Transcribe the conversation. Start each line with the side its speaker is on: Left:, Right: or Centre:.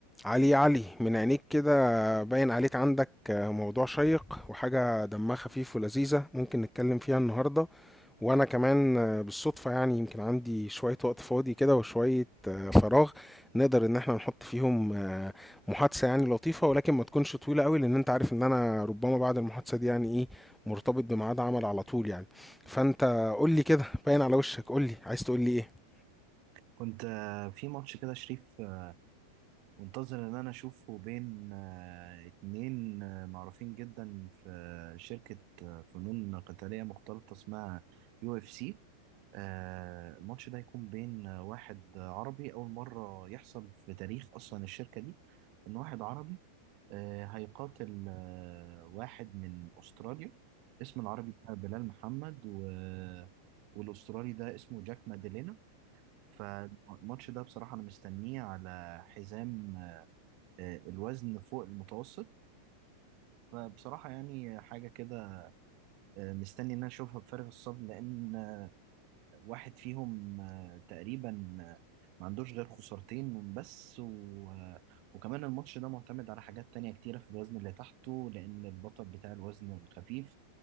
Centre: علي يا علي من عينيك كده باين عليك عندك آه، موضوع شيق وحاجة دمها خفيف ولذيذة ممكن نتكلم فيها النهاردة وأنا كمان آه، بالصدفة يعني يمكن عندي شوية وقت فاضي كده وشوية آه، فراغ نقدر إن احنا نحط فيهم آه، محادثة يعني لطيفة ولكن ما تكونش طويلة قوي لأن أنت عارف إن أنا ربما بعد المحادثة دي يعني إيه مرتبط بميعاد عمل على طول يعني فأنت قول لي كده باين على وشك قول لي عايز تقول لي إيه؟
Right: كنت آه، في ماتش كده شريف آه، منتظر ان انا اشوفه بين آه، اتنين آه، معروفين جدا في آه، شركة آه، فنون قتالية مختلطة اسمها يو اف سي آه، الماتش ده هيكون بين آه، واحد آه، عربي اول مرة يحصل في تاريخ اصلا الشركة دي ان واحد عربي آه، هيقاتل آه، واحد من استراليا اسم العربي ده بلال محمد و... آه، والاسترالي ده اسمه جاك ماديلينا فالماتش ده بصراحة أنا مستنيه على حزام آه، الوزن فوق المتوسط فبصراحة يعني حاجة كده آه، مستني إن أنا أشوفها بفارغ الصبر لأن آه، واحد فيهم آه، تقريبا آه، ما عندوش غير خسارتين من بس و... آه، وكمان الماتش ده معتمد على حاجات تانية كتيرة في الوزن اللي تحته لأن البطل بتاع الوزن الخفيف